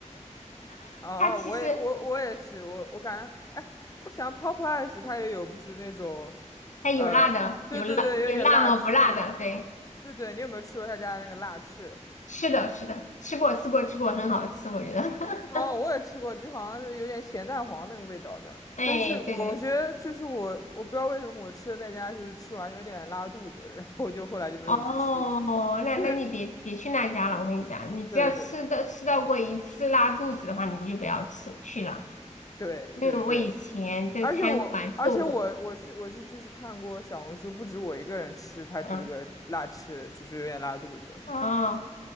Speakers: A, on the left; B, on the left.
A: <laughs>
B: 哦，
A: 它其实
B: 我也我我也是，我我感觉，哎，我想 Popeyes 它也有，不是那种，
A: 它有辣的，
B: 呃，对对对，
A: 有辣有辣和不辣的。
B: 有点辣翅，
A: 对，
B: 对对，你有没有吃过他家那个辣翅？
A: 是的，是的，吃过吃过吃过，很好吃，我觉得。<laughs>
B: 哦，我也吃过，就好像是有点咸蛋黄那个味道的。
A: 哎，
B: 但是我我觉得就是我，
A: 对对，
B: 我不知道为什么我吃的那家就是吃完有点拉肚子，然后我就后来就没有去吃过。
A: 哦，那那你别别去那家了，
B: 就是
A: 我跟你讲，你只要吃到吃到过一次拉肚子的话，
B: 对对
A: 你就不要吃去了。
B: 对对对对，
A: 因为我以前在餐馆做过，
B: 而且我而且我我是我是就是看过小红书，不止我一个人吃它这个辣翅，
A: 嗯，
B: 就是有点拉肚子。
A: 哦，